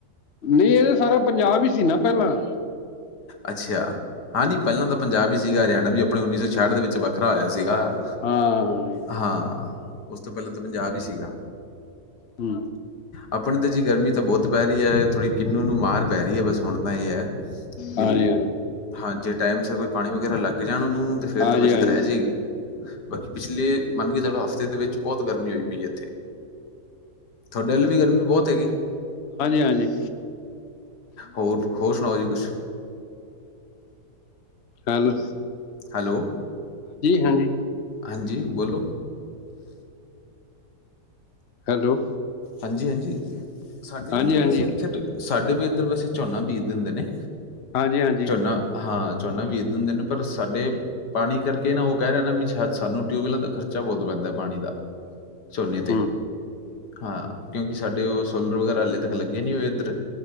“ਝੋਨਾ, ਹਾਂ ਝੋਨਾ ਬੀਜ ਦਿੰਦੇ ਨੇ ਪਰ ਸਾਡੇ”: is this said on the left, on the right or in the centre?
Left